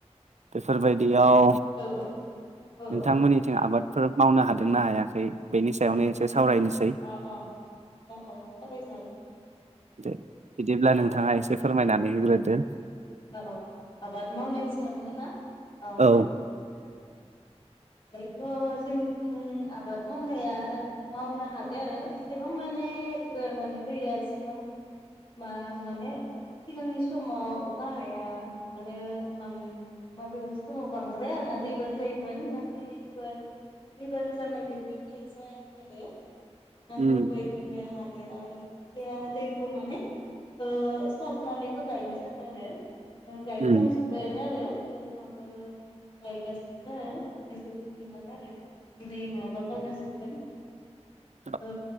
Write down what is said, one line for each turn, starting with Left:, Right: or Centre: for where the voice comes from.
Right: बेफोरबायदियाव
Left: औ औ
Right: नोंथांमोननिथिं
Left: औ
Right: आबाद फोर मावनो हादोंना हायाखै बेनि सायावनो एसे सावरायनोसै ।
Left: अ अ अ अ सावरायजागोन ।
Right: दे बिदिब्ला नोंथाङा एसे फोरमायनानै होग्रोदो ।
Left: औ आबाद मावनायनि सायावनो ना अ
Right: औ
Left: जागोन दे औ । दायोथ' जोंनिथिं आबाद मावनाया मावनो हादों एसेबां माने एबार माने दैया एसेबां मा माने सिगांनि समाव अखा हाया आरो बां माबेबा समाव बांद्राया ना दैबानो जायोमोन नाथाय एबार दैबाना जानाय बेबायदिया जायाखै आरो नांगौ
Right: उम
Left: बायदिनो हादो आरो खायसेया दैखौ माने ओ सारनानैबो गायनाय जादों आरो । गायफ्राम
Right: उम
Left: जोब बायानो आरो जोंहाबो गायगासिनो माने जोबसिगोनानो आरो । दिनै नङाबा गाबोन जोबगोन ।
Right: <inaudible>
Left: औ